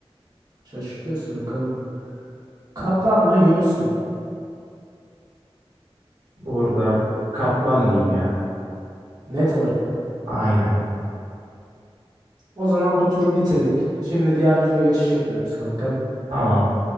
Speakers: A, on the right; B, on the right.
A: Şaşırtıyorsun bakalım. Kaplan mı Yunus mu?
B: Doğru da kaplan diyeyim ya.
A: Net olarak mı?
B: Aynen.
A: O zaman bu turu bitirdik. Şimdi diğer tura geçiş yapıyoruz kankam.
B: Tamam.